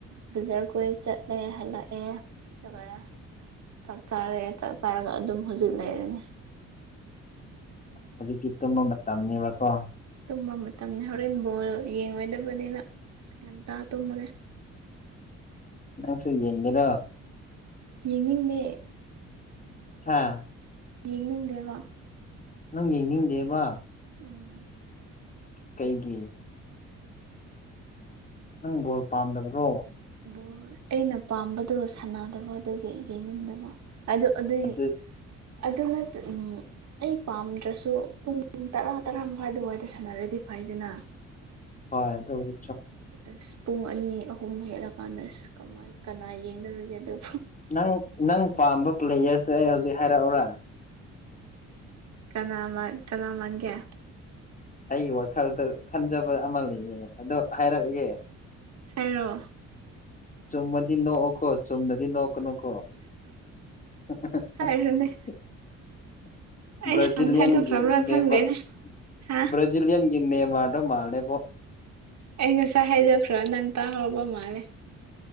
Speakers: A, on the right (about 60°); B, on the left (about 25°).
A: ꯕꯖꯥꯔ ꯀꯣꯏ ꯆꯠꯂꯦ ꯍꯜꯂꯛꯑꯦ ꯑꯗꯨꯒ ꯆꯥꯛ ꯆꯥꯔꯦ ꯆꯥꯛ ꯆꯥꯔꯒ ꯑꯗꯨꯝ ꯍꯧꯖꯤꯛ ꯂꯩꯔꯅꯦ
B: ꯍꯧꯖꯤꯛꯇꯤ ꯇꯨꯝꯕ ꯃꯇꯝꯅꯤꯅꯦꯕꯀꯣ
A: ꯇꯨꯝꯕ ꯃꯇꯝꯅꯤ ꯍꯣꯔꯦꯟ ꯕꯣꯜ ꯌꯦꯡꯉꯣꯏꯗꯕꯅꯤꯅ ꯉꯇ ꯇꯃꯒꯦ
B: ꯅꯪ ꯁꯤꯦꯉꯦꯔꯣ
A: ꯌꯦꯡꯅꯤꯡꯅꯦ
B: ꯍꯥꯥ
A: ꯌꯦꯅꯤꯗꯦ ꯋꯥ
B: ꯅꯪ ꯌꯦ ꯅꯤꯡꯗꯦꯕ
A: ꯎꯝ
B: ꯀꯩꯒꯤ ꯅꯪ ꯣꯠ ꯄꯥꯝꯗꯕ꯭ꯔꯣ
A: ꯕ ꯑꯩꯅ ꯄꯥꯝꯕꯗꯨ ꯁꯥꯟꯅꯗꯕ ꯑꯗꯨꯒꯤ ꯌꯦꯡꯅꯤꯡꯗꯕ ꯑꯗ ꯑꯗꯨꯗ
B: ꯑꯗꯨ
A: ꯑꯗꯨꯅ ꯑꯩ ꯄꯥꯝꯗ꯭ꯔꯁꯨ ꯄꯨꯡ ꯇꯔꯥ ꯇꯔꯥ ꯃꯈꯥꯏ ꯑꯗꯨꯋꯥꯏꯗ ꯁꯥꯟꯅꯔꯗꯤ ꯐꯥꯏꯗꯅ
B: ꯍ ꯑꯗꯨ ꯍꯧꯗꯤ
A: ꯑꯁ ꯄꯨꯡ ꯑꯅꯤ ꯑꯍꯨꯝ ꯍꯠꯂꯀꯥꯟꯗ ꯑꯁ ꯀꯃꯥꯏ ꯀꯅꯥ ꯌꯦꯡꯅꯔꯒꯦ ꯑꯗꯨꯣ
B: ꯅꯪ ꯅꯪ ꯄꯥꯝꯕ ꯄ꯭ꯂꯦꯌꯔꯁꯁꯦ ꯑꯩ ꯍꯧꯖꯤꯛ ꯍꯥꯏꯔꯛꯎꯔ
A: ꯀꯅꯥ ꯀꯅꯥ ꯃꯥꯟꯒꯦ
B: ꯑꯩꯒꯤ ꯋꯥꯈꯜꯗ ꯈꯟꯖꯕ ꯑꯃ ꯂꯩꯌꯦ ꯑꯗꯣ ꯍꯥꯏꯔꯛꯑꯒꯦ
A: ꯍꯥꯏꯔꯣ
B: ꯆꯨꯝꯃꯗꯤ ꯅꯣꯛꯑꯣꯀꯣ ꯆꯨꯝꯅꯗꯤ ꯅꯣꯛꯀꯅꯨꯀꯣ <unintelligible>
A: ꯍꯥꯏꯔꯨꯅꯦ ꯑꯩ
B: ꯕ꯭ꯔꯥꯖꯤꯂꯤꯌꯟꯒꯤ
A: ꯍꯥꯟꯅ ꯍꯥꯏꯗꯣꯛꯈ꯭ꯔꯕ꯭ꯔꯥ
B: ꯅꯦꯃꯔ
A: ꯈꯪꯗꯦꯅꯦ ꯍꯥ
B: ꯅꯦꯃꯔꯗꯣ ꯃꯥꯂꯦꯕꯣ
A: ꯑꯩ ꯉꯁꯥꯏ ꯍꯥꯏꯗꯣꯛꯈ꯭ꯔ ꯅꯪ ꯇꯥꯍꯧꯔꯕ ꯃꯥꯜꯂꯦ